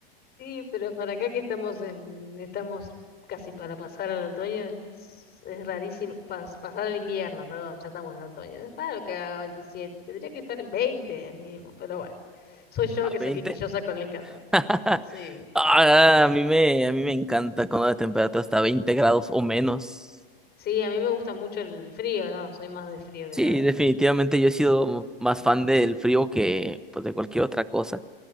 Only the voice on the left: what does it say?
Sí, pero para acá que estamos en, estamos casi para pasar al otoño, es, es rarísimo, pas- pasar al invierno, perdón, ya estamos en otoño, es raro que haga 27 tendría que estar en 20 mínimo, pero bueno, soy yo
que
soy quisquillosa con el calor.
Sí,
sí, a mí me gusta mucho el frío, no, soy más de frío que
calor.